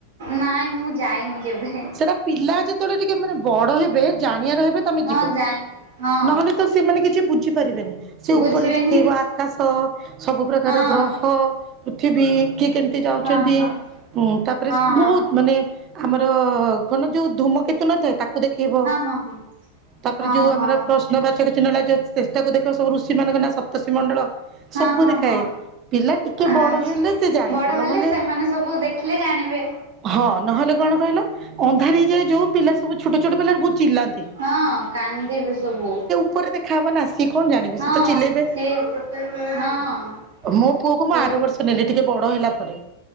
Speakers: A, on the right; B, on the right.
A: ନାଇଁ ମୁଁ ଯାଇନି କେବେ।
B: ସେଟା ପିଲା ଯେତେବେଳେ ଟିକେ ମାନେ ବଡ ହେବେ ଜାଣିଆର ହେବେ ତମେ
A: ହଁ
B: ଯିବ,
A: ଜାଣି ହଁ
B: ନହେଲେ ତ ସେମାନେ କିଛି ବୁଝିପାରିବେନି ସେ
A: ବୁଝିବେନି
B: ଉପରେ ଦେଖେଇବ
A: କିଛି
B: ଆକାଶ ସବୁ ପ୍ରକାର
A: ହଁ।
B: ଗ୍ରହ ଅ ପୃଥିବୀ କିଏ କେମିତି ଯାଉଛନ୍ତି
A: ହଁ ହଁ
B: ଉମ ତାପରେ
A: ହଁ ହଁ
B: ବହୁତ ମାନେ। ଆମର କଣ ଯୋଉ ଧୂମକେତୁ ନଥାଏ ତାକୁ କୁ ଦେଖେଇବ
A: ହଁ ହଁ
B: ତାପରେ
A: ହଁ
B: ଯୋଉ ଆମର
A: ହଁ।
B: ପ୍ରସ୍ ନ ବାଚକ ଚିହ୍ନ ହେଲା ଯେ ଚେଷ୍ଟାକୁ ଦେଖେଇଵ ସବୁ ଋଷି ମାନଙ୍କ ନା ସପ୍ତର୍ସିମଣ୍ଡଳ
A: ହଁ
B: ସବୁ
A: ହଁ
B: ଦେଖାଏ।
A: ହଁ
B: ପିଲା ଟିକେ
A: ଆଚ୍ଛା
B: ବଡ ହେଲେ ସେ ଜାଣିବେ
A: ବଡ ହେଲେ
B: ନହେଲେ
A: ସେମାନେ ସବୁ ଦେଖିଲେ ଜାଣିବେ।
B: ହଁ ନହେଲେ କଣ କହିଲ ଅନ୍ଧାର ହେଇଯାଏ ଯୋଉ ପିଲା ସବୁ ଛୋଟ ଛୋଟ ପିଲାରୁ ବହୁତ ଚିଲ୍ଲାନ୍ତି।
A: ହଁ କାନ୍ଦିବେ ସବୁ।
B: ଉପରେ ଦେଖାହବ ନା ସେ କଣ ଜାଣିବେ
A: ହଁ
B: ସେ ତ ଚିଲେଇବେ।
A: ସିଏ ହଁ।
B: ମୋ ପୁଅକୁ
A: ସିଏ
B: ମୁଁ ଆର ବର୍ଷ ନେଲି ଟିକେ ବଡ ହେଲା ପରେ